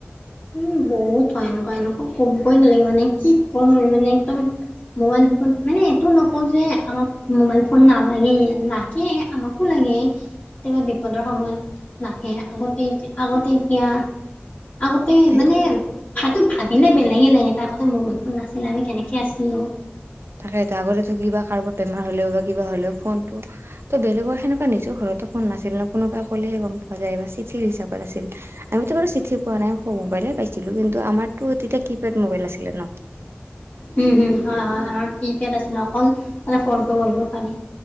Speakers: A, on the left; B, on the right.
A: উম বহুত হয় এনেকুৱা এনেকুৱা ক'বই নালাগে মানে কি ক'ম আৰু মানে একদম। মোবাইল ফোন মানে এইটো নকওঁ যে আমাক মোবাইল ফোন নালাগে লাগে আমাকো লাগে। লাগে কেতিয়াবা বিপদৰ সময়ত লাগে আগতে এতিয়া আগতে এতিয়া আগতে
B: সেই
A: মানে ভাতটো ভাবিলে বেলেগে লাগে ত আগতে মগল ফোন নাছিলে আমি কেনেকে আছিলো।
B: থাকে এতিয়া আগতে তো কিবা কাৰোবাক বেমাৰ হলেও বা কিবা হলেও ফোন ত বেলেগৰ সেনেকুৱা নিজৰ ঘৰতো ফোন নাছিল ন কোনোবা ক'লে। যায় বা চিঠিৰ হিচাপত আছিল আমিতো বাৰু চিঠি পোৱা নাই মোবাইলে পাইছিলো কিন্তু আমাৰতো তেতিয়া কিপেড মবাইল আছিল ন।
A: উম হুম হয় হয় আমাৰ কি পেড আছিল অকল তে ফোনটো কৰিব পানী।